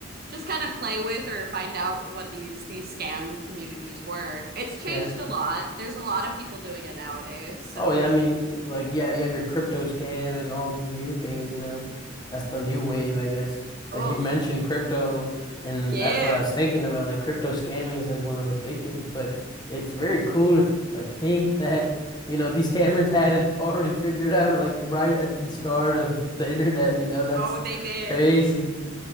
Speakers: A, on the right; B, on the left.
A: just kind of play with or find out what these these scam communities were. It's changed
B: yeah.
A: a lot. There's a lot of people doing it nowadays. So
B: Oh yeah,
A: it's
B: I mean, like yeah, you have your crypto scam and all these new things, you know. That's the new wave, I guess.
A: oh
B: Like you mentioned crypto, and
A: yeah.
B: that's what I was thinking about. Like crypto scamming is like one of the big things, but it's very cool to like think that, you know, these scammers <laughs> had it already figured out like right at the start of the internet, you know, that's
A: Oh, they did.
B: crazy.